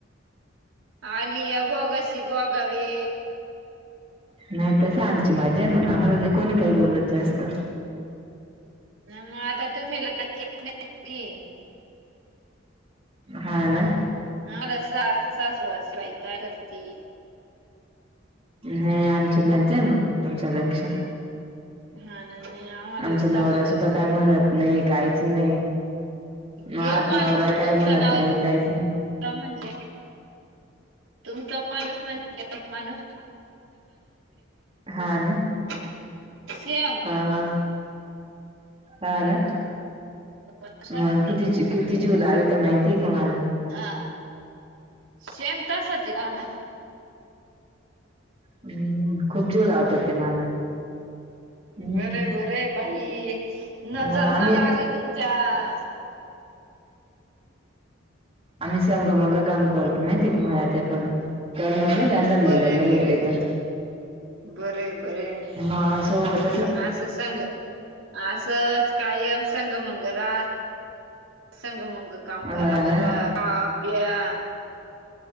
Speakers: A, on the right; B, on the right.
A: आलिया भोगाशी भोगावे
B: नाही, तसं आमची मज्जा ए मग, आम्हाला नाही कोणी काही बोलत जास्त
A: मग आता तुम्ही लाडकी <unintelligible> नाही
B: हा ना
A: आम्हाला सार सासुरवास ए बाई काय करती
B: नाही, आमची मज्जा ए मग तुमच्यापेक्षा
A: हाना, नाही आम्हाला
B: आमचा
A: लय
B: नवरा
A: सासुरवास
B: सुद्धा काय
A: ए
B: म्हणत नाही, काहीच नाही, मात
A: देव माणूस
B: नवरा काही
A: तुमचा
B: म्हणत
A: नवरा
B: नाही काहीच नाही
A: म्हणजे तुमचा माणूस म्हणजे माणूस
B: हा
A: <unintelligible> श्याम
B: ह हा ह ना
A: त्याच्या
B: मग किती किती जीव लावीत, माहिती ए तुम्हाला
A: हा, शेम तासाच ए राना
B: हम्म, खूप जीव लावतात ते मला हम्म
A: बर ए, बर ए, बाई! नजर
B: मग आम्ही
A: ना लागो तुम्हाला चा
B: आम्ही संग मंग काम करतो, माहितीये का मळ्यात ते पण, करमत नाही त्यांना मी
A: बरंय
B: जर नाही
A: बरंय
B: गेले तर
A: बरंय बरंय
B: मा सोबत
A: असं संग, असंच कायम संग मंग रहा संग मुंग काम करा,
B: हा ना
A: खा प्या